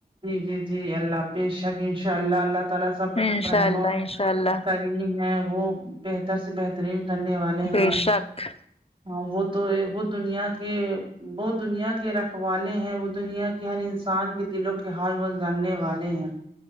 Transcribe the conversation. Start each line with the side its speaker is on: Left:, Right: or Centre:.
Right: جی جی اللہ بے شک انشاءاللہ اللہ تعالی سب
Left: انشاء
Right: پر رحم
Left: اللہ
Right: و
Left: انشاء اللہ
Right: کریم ہے وہ بہتر سے بہترین کرنے والے
Left: بے
Right: ہیں
Left: شک
Right: ہاں وہ تو وہ دنیا کے وہ دنیا کے رکھوالے ہیں وہ دنیا کہ ہر انسان کے دلوں کے حال و جاننے والے ہیں